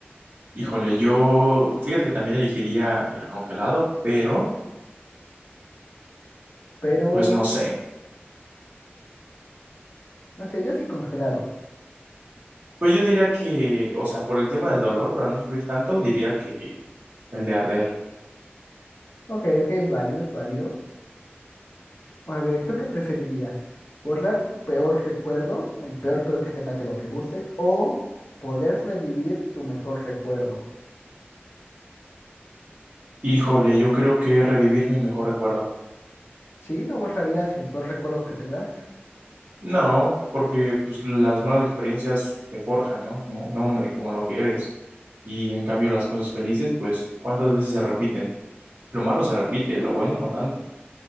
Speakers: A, on the right; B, on the left.
A: Híjole, yo, fíjate que también elegiría el congelado, pero
B: Pero
A: pues no sé.
B: no sé, yo sí congelado.
A: Pues yo diría que, o sea, por el tema del dolor, para no sufrir tanto, diría que el de arder.
B: Ok, ok, es válido, es válido. A ver, ¿tú qué preferirías? ¿Borrar tu peor recuerdo, el peor peor que tengas de lo que gustes, o poder revivir tu mejor recuerdo?
A: Híjole, yo creo que revivir mi mejor recuerdo.
B: ¿Sí? ¿No borrarías el peor recuerdo que tengas?
A: No, porque pues las malas experiencias te forjan, ¿no? Como un hombre, como lo que eres. Y en cambio las cosas felices, pues, ¿cuántas veces se repiten? Lo malo se repite, lo bueno no tanto.